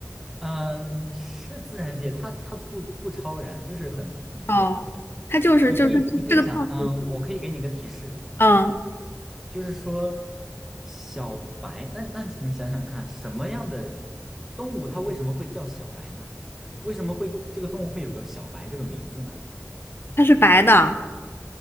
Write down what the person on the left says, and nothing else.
哦，
它就是就是这这个动物，
嗯，
它是白的